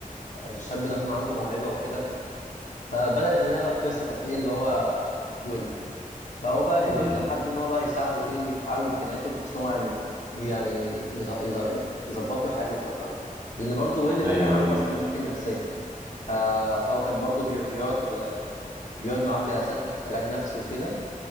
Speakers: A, on the left; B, on the right.
A: الشاب ده فاهم عنده موهبه وكده فبدات من هنا بقى القصه بتاعت ايه اللي هو اتولد فهو بقى
B: مم.
A: الدكتور حب ان هو بقى يساعده ايه ويحقق له امكانياته بحيث ان هو يعني يعني يز- يز- يعني يظبط له حياته والكلام دوت لان برضه ويل
B: ايوه
A: ده كان عنده
B: ايوه
A: اصلا مشاكل نفسيه فهو كان برضه بي- بيقعد بيقعد معاه في جلسات علاج نفسي وكده